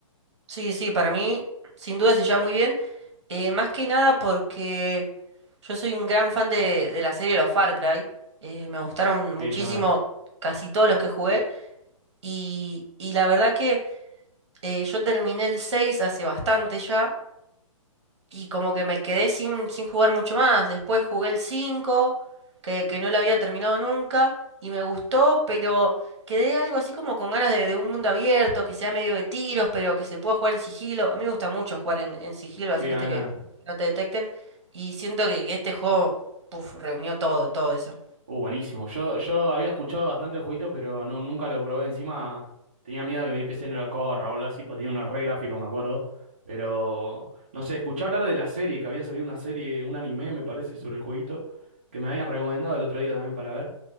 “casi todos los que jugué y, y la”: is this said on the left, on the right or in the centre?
Right